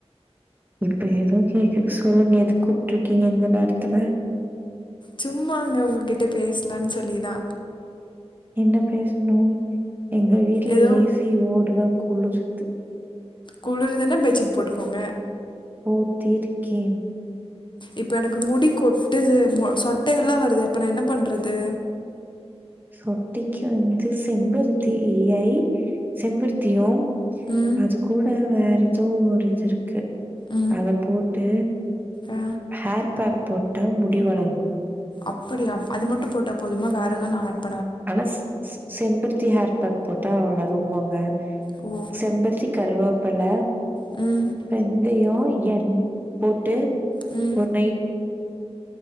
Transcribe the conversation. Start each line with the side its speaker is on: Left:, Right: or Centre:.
Right: இப்ப ஏதோ கேக்குது சொல்லுங்க எதுக் கூப்ருக்கீங்க இந்த நேர்த்துல
Left: சும்மாங்க உங்ககிட்ட பேசலான்னு சொல்லிதா
Right: என்ன பேசணோ எங்க வீட்டுல
Left: ஏதோ
Right: ஏ சி ஓடுதா குள்ள சுத்து
Left: குளுர்துன்னா பெட்சீட் போட்டுகோங்க
Right: போத்திருக்கே
Left: இப்ப எனக்கு முடி கொட்டுது மொ சொட்ட எல்லா வருது இப்ப நா என்ன பண்றது
Right: சொட்டைக்கு வந்து செம்பருத்தி இ-இலை செம்பருத்தியு
Left: ம்
Right: அது கூட வே எதோ ஒரு இது இருக்கு
Left: ம்
Right: அத போட்டு
Left: ஆ
Right: ஹேர் பேக் போட்டா முடி வளரும்
Left: அப்டியா அது மட்டோ போட்டா போதுமா வேற ஏதோ நா அட்
Right: அனா ஸ் ஸ் செம்பருத்தி ஹேர் பக் போட்டா வளரும்பாங்க
Left: ஓ
Right: செம்பருத்தி கருவேப்பல
Left: ம்
Right: வெந் இதையு. எண் போட்டு
Left: ம்
Right: ஒரு நைட்